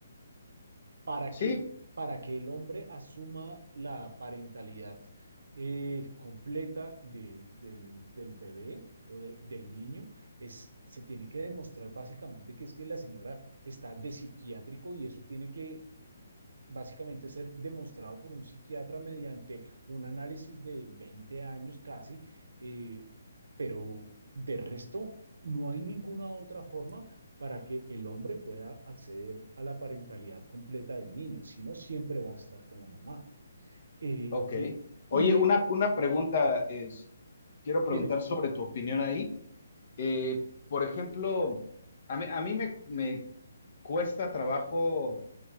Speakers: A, on the right; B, on the left.
A: para
B: Sí,
A: que, para que el hombre asuma la parentalidad eh, completa de- del, del bebé o de- del niño, es, se tiene que demostrar básicamente que es que la señora está de psiquiátrico y eso tiene que básicamente ser demostrado por un psiquiatra mediante un análisis de 20 años casi, eh, pero de resto no hay ninguna otra forma para que el hombre pueda acceder a la parentalidad completa del niño, si no siempre va a estar con la mamá. Eh,
B: ok.
A: y,
B: Oye,
A: y
B: una,
A: eh,
B: una pregunta es, quiero preguntar
A: dime.
B: sobre tu opinión ahí. Eh, por ejemplo, a mí, a mí me, me cuesta trabajo